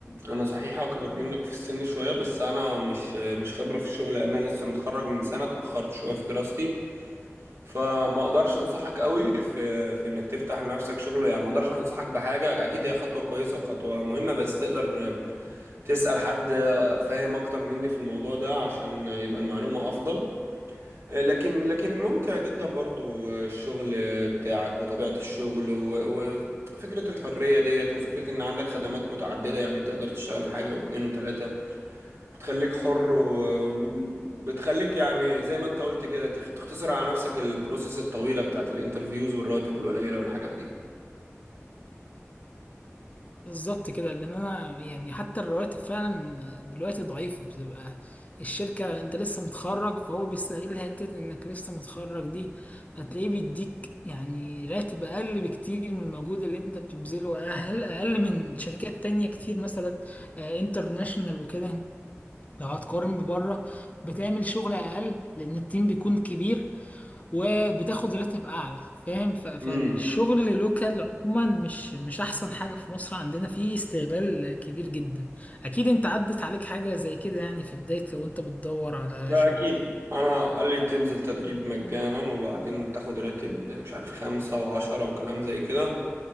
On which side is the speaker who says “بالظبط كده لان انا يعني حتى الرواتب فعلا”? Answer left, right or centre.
Left